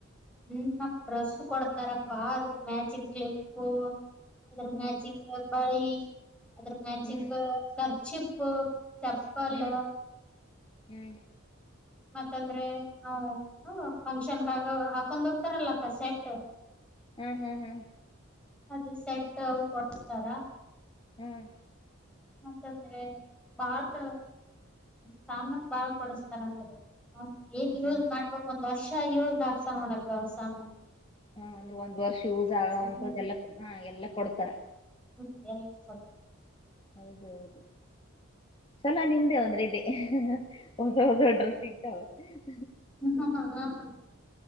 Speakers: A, in the centre; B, on the left (about 25°).
A: ಹ್ಮ ನಮ್ ಡ್ರೆಸ್ಸ ಕೊಡತಾರಕ್ಕ ಅದ್ರ ಮ್ಯಾಚಿಂಗ್ ಕ್ಲಿಪ್ಪು ಅದ್ರ
B: ಹ್ಮ್
A: ಮ್ಯಾಚಿಂಗ್ ಬಳಿ ಅದ್ರ ಮ್ಯಾಚಿಂಗ್
B: ಹ್ಮ್
A: ಕಖರ್ಚಿಪ್ ಪ ಚಪ್ಪಲ್
B: ಹ್ಮ್ ಹ್ಮ್
A: ಮತ್ತಂದ್ರೆ ನಾವವು ಏನು ಫಂಕ್ಷನ್ಗಗ ಹಾಕೊಂಡ್ ಹೋಗ್ತಾರಲ್ಲ ಅಕ್ಕ ಸೆಟ್
B: ಹ್ಮ್ ಹ್ಮ್ ಹ್ಮ್
A: ಅದು ಸೆಟ್ ಅ ಕೊಡ್ಸ್ತಾರ
B: ಹ್ಮ್
A: ಮತ್ತಂದ್ರೆ ಬಾಳ್ ಸಾಮನ್ ಬಾಳ್ ಕೊಡಸ್ತಾರಂದ್ರೆ ಹ ಏನ್ ಯೂಸ್
B: ಹ್ಮ್
A: ಮಾಡ್ಬೇಕಕ್ ಒಂದ್ ವರ್ಷ ಅಕ್ಕ ಇವಾಗ ಅಕ್ಸಯನ ನೋಡು ಅಕ್ಕ ಸಮಾನ
B: ಹ ಒಂದು ಒಂದ್ ವರ್ಷ ಯೂಸ್ ಆಗ್ ಅಂತದ
A: ಹ್ಮ್
B: ಎಲ್ಲ ಹಾ ಎಲ್ಲಾ ಕೊಡ್ತಾರ
A: ಹ್ಮ್ ಎಲ್ಲ ಸ
B: ಹೌದು ಹೌದು ಚಲ ನಿಮ್ದೇ ಒಂದ್ರೆ ಇದ ಹೊಸ ಹೊಸ ಅಡ್ರೆಸ್ ಸಿ ಹ ಹ
A: ಹ್ಮ ಹ್ಮ ಹಾ ಹ್ಮ